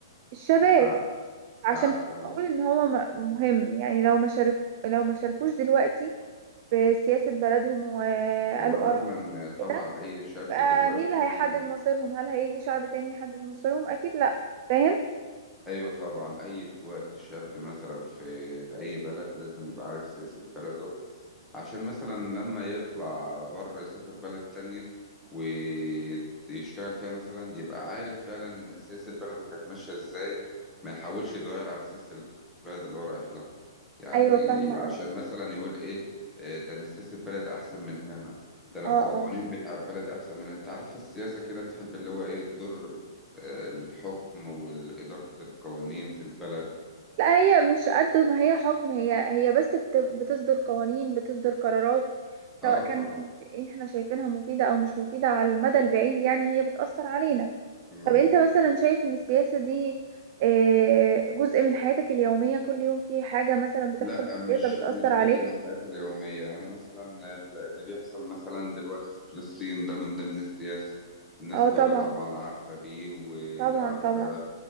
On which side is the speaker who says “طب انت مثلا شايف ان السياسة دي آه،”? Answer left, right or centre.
Right